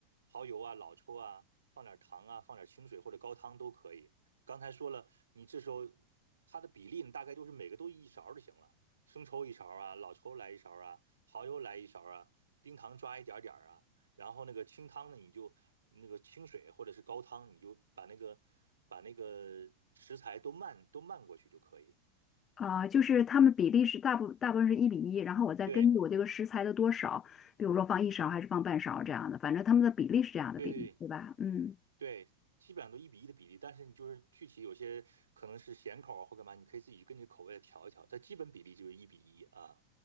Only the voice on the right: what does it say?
蚝油啊、老抽啊，放点糖啊，放点清水或者高汤都可以。刚才说了，你这时候它的比例，你大概都是每个都一勺就行了，生抽一勺啊，老抽来一勺啊，蚝油来一勺啊，冰糖抓一点点儿啊，然后那个清汤呢，你就那个清水或者是高汤，你就把那个把那个食材都漫都漫过去就可以。
对
对对。
对，基本上都一比一的比例，但是你就是具体有些可能是咸口啊或干嘛，你可以自己根据口味来调一调，但基本比例就是一比一啊。